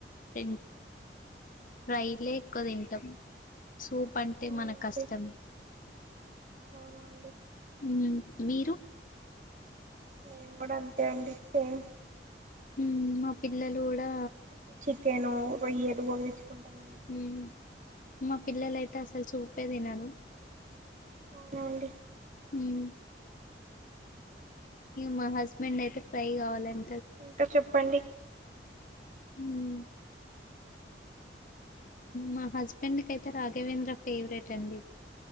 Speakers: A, on the left; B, on the right.
A: రిన్ ఫ్రైలే ఎక్కువ తింటాం సూప్ అంటే
B: అవునండి
A: మనకు కష్టం
B: అవునా అండి
A: మ్మ్ మీరు
B: మేము కూడా అంతే అండి సేమ్
A: ఉం పిల్లలు కూడా
B: కెను రొయ్యలు అవి కుంటామండి
A: మ్మ్ మా పిల్లలు అయితే అసలు చూపే తినరు
B: అవునా అండి
A: ఉం మా హస్బెండ్ అయితే ఫ్రై కావాలిం
B: ఇంకా చె ప్పండి
A: ఉం మా హస్బెండ్ కైతే రాఘవేంద్ర ఫేవరెట్ అండి